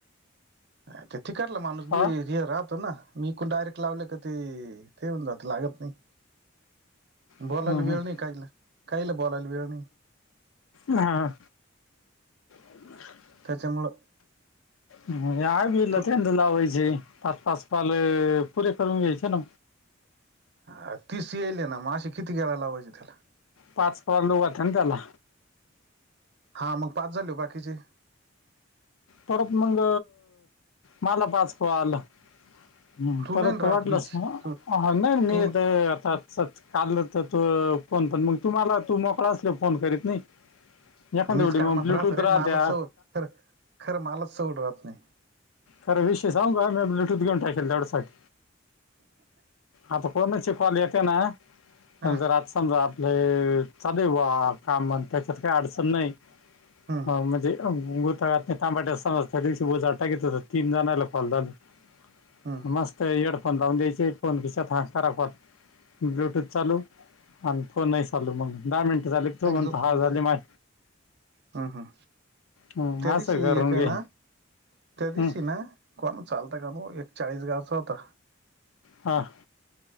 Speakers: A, on the right; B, on the left.
A: अच्छा तिकडंल माणूस
B: हा
A: बिझी राहतो ना. एकूण डायरेक्ट लावले का ते ठेवून जात लागत नाही. बोलायला
B: हम्म, हम्म.
A: वेळ नाही काहींना काहीला बोलायला वेळ नाही.
B: हां? <inaudible>
A: त्याच्यामुळं,
B: मग आहे
A: तू
B: त्यांना लावायचे पाच पाच कॉल पुरे करून घ्यायचे ना.
A: हं तीस येईल ना मग असे किती वेळा लावायचे त्याला
B: पाच प दो वातं ना त्याला.
A: हा मग पाच झाले हो बाकीचे
B: परत मंग मला पाच पो आला? हम्म
A: तू
B: परत
A: नाही राहत
B: वाटलंस
A: बीच
B: ना
A: तू
B: नाही मीथ
A: तू
B: आता. स काललं तर तू फोन पण मग तुम्हाला तू मोकळा असल फोन करीत नाही? याखाडी
A: मीच कामात
B: मग ब्लूटूथ
A: राहत रे मलाच
B: रा त्या.
A: सवड खरं खरं मलाच चवड राहत नाही.
B: खर विषय सांग का मी ब्लूटूथ घेऊन टाकेल तेवढ्यासाठी आता. कोोनची क्ॉल येते ना
A: हा
B: न जरज- समजा आपले चादैव कामण त्याच्यात काही अडचण नाही?
A: हम्म
B: हा म्हणजे गुतागात नाही तांबाट असना त्या दिवशी बोज टा घेतत. तीन जण आला फलताली
A: हम्म
B: मस्त लावून फोन किशात हांरा वात. ब्लूटूथ चालू आणि फोनही चालू मग दहा मिनटं झाले? तू
A: का
B: म्हणतो
A: झप
B: हा
A: मोड
B: झाली
A: झा
B: माय
A: हम् हम्
B: हं,
A: त्या
B: असं
A: दिवशी
B: करून
A: एक का
B: घे
A: ना. त्या दिवशी
B: हं,
A: ना कोण चालत का त एक चाळीस गावचा होता?
B: हां.